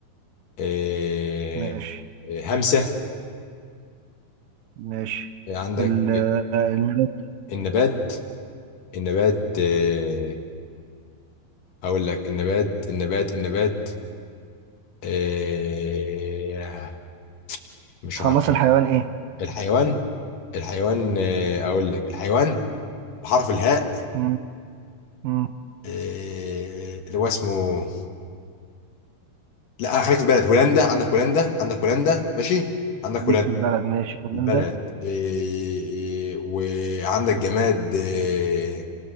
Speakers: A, on the left; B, on the right.
A: آه
B: ماشي
A: آه، همسه
B: ماشي
A: عندك
B: ال- آه، النبات
A: النبات النبات آه، هقول لك النبات النبات النبات آه، مش
B: خلص
A: عارف
B: الحيوان ايه
A: الحيوان الحيوان آه، اقول لك الحيوان بحرف الهاء
B: مم، مم.
A: آه، اللي هو اسمه لا خليك في البلد هولندا عندك هولندا عندك هولندا ماشي عندك
B: ليك
A: هولندا
B: في البلد ماشي كمان
A: البلد
B: ده
A: آه، آه، وعندك جماد آه،